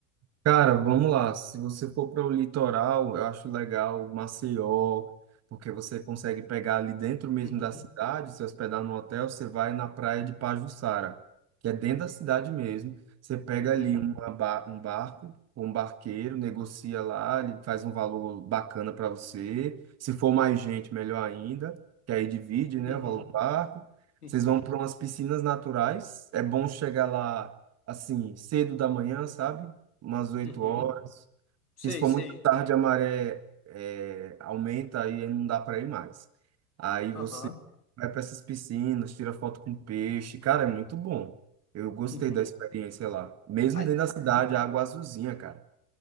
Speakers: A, on the right; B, on the left.
A: Cara, vamos lá. Se você for para o litoral, eu acho legal Maceió, porque você consegue pegar ali dentro mesmo
B: Uhum,
A: da cidade, se hospedar no hotel, você vai na praia de Pajuçara, que é dentro da cidade mesmo. Você pega
B: uhum,
A: ali uma ba- um barco com um barqueiro, negocia lá, ele faz um valor bacana para você. Se for mais gente, melhor ainda, que aí divide, né,
B: uhum.
A: o valor do barco.
B: Uhum,
A: Vocês vão para umas piscinas naturais. É bom chegar lá assim, cedo da manhã, sabe? umas oito
B: uhum.
A: horas.
B: Sei,
A: Que se for
B: sei.
A: muito tarde, a maré é, aumenta aí não dá para ir mais. Aí
B: Aham,
A: você vai para essas piscinas, tira foto com peixe. Cara, é muito bom. Eu gostei
B: uhum.
A: da experiência lá. Mesmo
B: Ai,
A: dentro da cidade,
B: uhum.
A: a água azulzinha, cara.